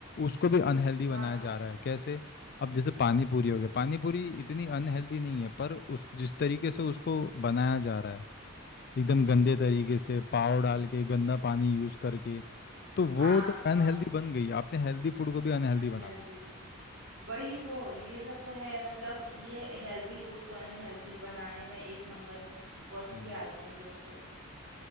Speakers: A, on the left; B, on the right.
A: उसको भी अनहेल्दी बनाया
B: हाँ हाँ
A: जा रहा है कैसे अब जैसे पानी पूरी हो गया पानी पूरी इतनी अनहेल्दी नहीं है पर उस जिस तरीके से उसको बनाया जा रहा है एकदम गंदे तरीके से पाव डाल के गंदा पानी यूज़ करके तो वो
B: हाँ
A: तो
B: हाँ
A: अनहेल्दी बन गई आपने हेल्दी फूड को भी अनहेल्दी
B: अनहेल्दी
A: बना दी
B: वही तो ये सब तो है मतलब ये हेल्दी फूड को अनहेल्दी बनाने में एक नंबर फर्स्ट
A: हम्म
B: पे आते हैं ये लोग तो